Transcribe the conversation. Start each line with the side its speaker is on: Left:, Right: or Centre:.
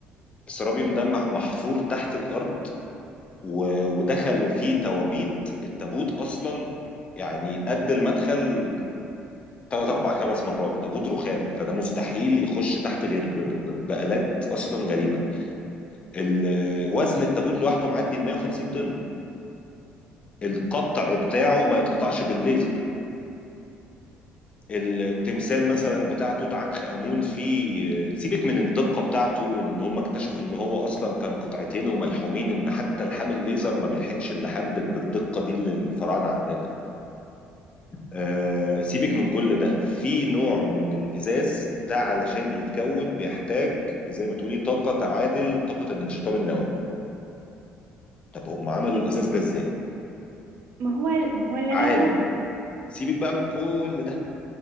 Left: السرابيوم ده مح- محفور تحت الارض و- ودخلوا فيه توابيت التابوت اصلا يعني قد المدخل ثلاث اربع خمس مرات وتابوت رخام فده مستحيل يخش تحت غير ب- ب- ب- بآلات اصلا غريبه ال- وزن التابوت لوحده معدي ال 150 طن القطع بتاعه ما يتقطعش بالليزر التمثال مثلا بتاع توت عنخ امون فيه سيبك من الدقه بتاعته وان إن هم اكتشفوا ان هو اصلا كان قطعتين وملحومين ان حتى لحام الليزر ما بيلحمش اللحام بال- بالدقه دي اللي الفراعنه عاملينها آه، سيبك من كل ده في نوع من الإزاز ده علشان يتكون بيحتاج زي ما تقولي طاقة تعادل طاقة الانشطار النووي طب هم عملوا الإزاز ده إزاي؟
Right: ما هو ما هو اللي
Left: عالي
Right: انا مثلا كنت
Left: سيبك بقى من كل ده